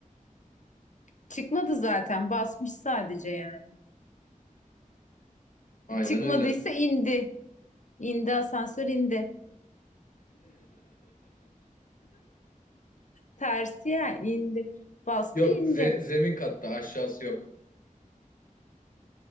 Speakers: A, on the left; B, on the left.
A: Çıkmadı zaten. Basmış sadece yani.
B: Aynen
A: Çıkmadıysa
B: öyle. <laughs>
A: indi. İndi asansör indi. Tersi ya indi. Bastı
B: Yok
A: indi.
B: ze- zemin katta aşağısı yok.